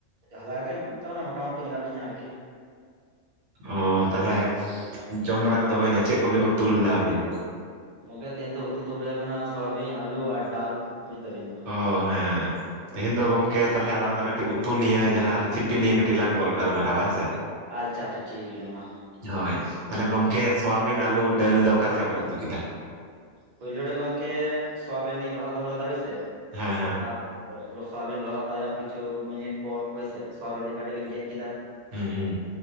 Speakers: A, on the right; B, on the right.
A: <unintelligible> ᱜᱮ <unintelligible> ᱢᱚᱴᱟ ᱢᱩᱴᱤ ᱢᱮᱱᱟᱜ ᱞᱤᱧᱟᱹ ᱟᱨᱠᱤ᱾
B: ᱚ ᱛᱟᱦᱚᱞᱮ, ᱡᱚᱢ ᱵᱟᱲᱟ ᱠᱚᱫᱚ ᱦᱩᱭᱱᱟ, ᱪᱮᱫ ᱠᱚᱵᱤᱱ ᱩᱛᱩ ᱞᱮᱫᱟ ᱟᱵᱤᱱ?
A: ᱜᱚᱝᱠᱮ ᱛᱮᱦᱮᱧ ᱫᱚ ᱩᱛᱩ ᱫᱚ ᱦᱩᱭ ᱟᱠᱟᱱᱟ ᱥᱳᱭᱟᱵᱤᱱ, ᱟᱹᱞᱩ, ᱟᱨ ᱰᱟᱞ ᱵᱩᱡ ᱫᱟ ᱵᱤᱱ
B: ᱚ ᱦᱮᱸ ᱛᱮᱦᱮᱧ ᱫᱚ ᱜᱚᱢᱠᱮ ᱛᱟᱦᱚᱞᱮ ᱟᱞᱟᱝ ᱫᱚ ᱠᱟᱹᱴᱤᱡ ᱩᱛᱩ ᱱᱤᱭᱮ ᱡᱟᱦᱟᱸ ᱨᱤᱥᱤᱯᱤ ᱱᱤᱭᱟ ᱠᱟᱹᱴᱤᱡ ᱞᱟᱝ ᱜᱟᱞᱢᱟᱨᱟᱣᱟ ᱦᱮᱸ ᱥᱮ?
A: ᱟᱪᱪᱷᱟ ᱟᱪᱪᱷᱟ ᱴᱷᱤᱠ ᱜᱮᱭᱟ ᱢᱟ᱾
B: ᱦᱳᱭ ᱛᱟᱦᱞᱮ ᱜᱚᱢᱠᱮ ᱥᱚᱣᱟᱵᱤᱱ ᱟᱹᱞᱩ ᱰᱟᱹᱞ ᱫᱚ ᱚᱠᱟᱞᱮᱠᱟᱵᱤᱱ ᱩᱛᱩ ᱠᱮᱫᱟ?
A: ᱯᱳᱭᱞᱳ ᱨᱮ ᱜᱚᱝᱠᱮ ᱥᱳᱣᱟᱵᱤᱱ ᱞᱤᱧ ᱞᱚᱦᱚᱫ ᱫᱚᱦᱚ ᱞᱮᱫᱟ ᱦᱳᱭᱥᱮ
B: ᱦᱮᱸ ᱦᱮᱸ
A: ᱟᱨ ᱞᱚᱥᱟᱵᱤᱱ ᱞᱚᱦᱚᱫ ᱛᱟᱭᱚᱢ ᱠᱤᱪᱷᱩ ᱢᱤᱱᱤᱴ ᱯᱚᱨ ᱦᱳᱭᱥᱮ ᱥᱳᱣᱟᱵᱤᱱ ᱞᱤᱧ ᱠᱟᱹᱴᱤᱡ ᱞᱤᱧ ᱜᱮᱫ ᱠᱮᱫᱟ,
B: ᱦᱩᱸ ᱦᱩᱸ